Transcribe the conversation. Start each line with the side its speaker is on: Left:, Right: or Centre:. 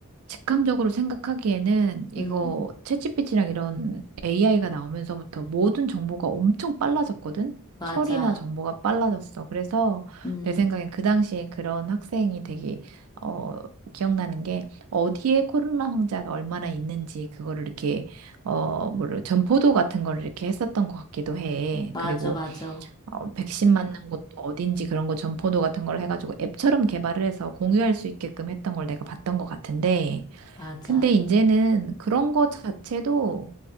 Right: 직감적으로 생각하기에는 이거
Left: 음,
Right: 챗GPT랑 이런 AI가 나오면서부터 모든 정보가 엄청 빨라졌거든?
Left: 맞아.
Right: 처리나 정보가 빨라졌어. 그래서
Left: 음,
Right: 내 생각엔 그 당시에 그런 학생이 되게, 어, 기억나는 게 어디에 코로나 환자가 얼마나 있는지 그거를 이렇게, 어, 뭐를, 전포도 같은 걸 이렇게 했었던 것 같기도 해.
Left: 맞아,
Right: 그리고
Left: 맞아.
Right: 어, 백신 맞는 곳도 어딘지 그런 거 점포도 같은 걸 해가지고 앱처럼 개발을 해서 공유할 수 있게끔 했던 걸 내가 봤던 것 같은데,
Left: 맞아.
Right: 근데 이제는 그런 거 자체도